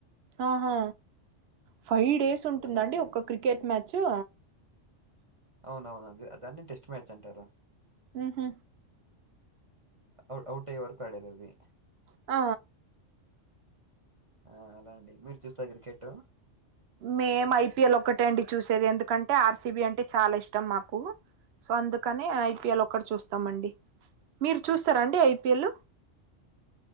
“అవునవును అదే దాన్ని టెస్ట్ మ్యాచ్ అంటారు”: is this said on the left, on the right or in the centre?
Right